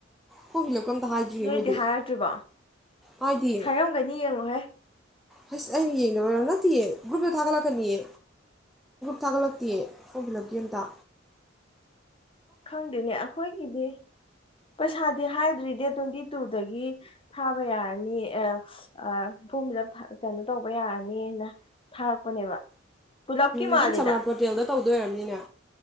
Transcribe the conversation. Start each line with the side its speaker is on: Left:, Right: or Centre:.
Centre: ꯐꯣꯝꯐꯤꯜꯂꯞꯀꯥ ꯑꯃꯠ ꯍꯥꯏꯗꯔ꯭ꯤꯌꯦ
Left: ꯅꯣꯏꯗꯤ
Centre: ꯑꯈꯣꯢꯗꯤ
Left: ꯍꯥꯏꯔꯛꯇ꯭ꯔꯤꯕꯣ
Centre: ꯍꯥꯏꯗꯤꯌꯦ
Left: ꯍꯥꯏꯔꯝꯒꯅꯤ ꯌꯦꯡꯉꯨꯍꯦ
Centre: ꯍꯥꯁ ꯑꯩꯅꯥ ꯌꯦꯡꯗꯕ ꯅꯠꯇꯤꯌꯦ ꯒꯔꯨꯞꯇ ꯊꯒꯠꯂꯛꯀꯅꯤꯒꯦ ꯊꯒꯠꯂꯛꯇꯤꯌꯦ ꯐꯣꯝꯐꯤꯜꯂꯞ ꯀꯤ ꯑꯃꯇ
Left: ꯈꯪꯗꯦꯅꯦ ꯑꯈꯣꯏꯒꯤꯗꯤ ꯄꯩꯁꯥꯗꯤ ꯍꯥꯏꯗ꯭ꯔꯤ ꯗꯦꯠ ꯇ꯭ꯋꯦꯟꯇꯤ ꯇꯨꯗꯒꯤ ꯊꯥꯕ ꯌꯥꯔꯅꯤ ꯑꯥ ꯑꯥ ꯐꯣꯝꯐꯤꯜꯂꯥꯞ ꯀꯩꯅꯣ ꯇꯧꯕ ꯌꯥꯔꯅꯤꯅ ꯊꯥꯔꯛꯄꯅꯦꯕ ꯄꯨꯂꯞꯀꯤ
Centre: ꯑꯗꯨꯝ
Left: ꯃꯥꯜꯂꯤꯗ
Centre: ꯁꯃꯥꯔꯠ ꯄꯣꯔꯇꯜꯗ ꯇꯧ ꯗꯣꯏ ꯑꯣꯏꯔꯝꯅꯤꯅ